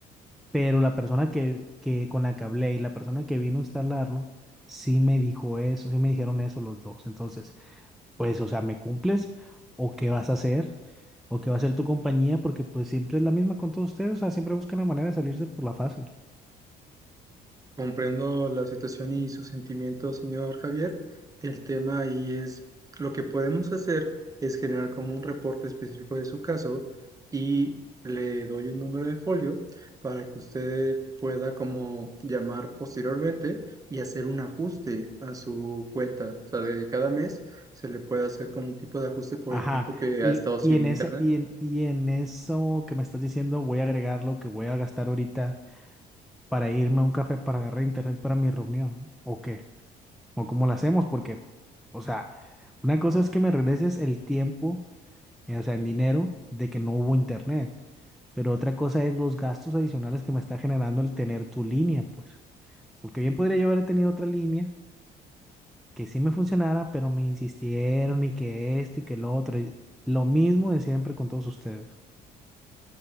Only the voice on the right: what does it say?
Comprendo la situación y sus sentimientos, señor Javier. El tema ahí es lo que podemos hacer es generar como un reporte específico de su caso y le doy un número de folio para que usted pueda como llamar posteriormente y hacer un ajuste a su cuenta. O sea, de cada mes se le puede hacer como un tipo de ajuste por
el tiempo que
ha estado sin
internet.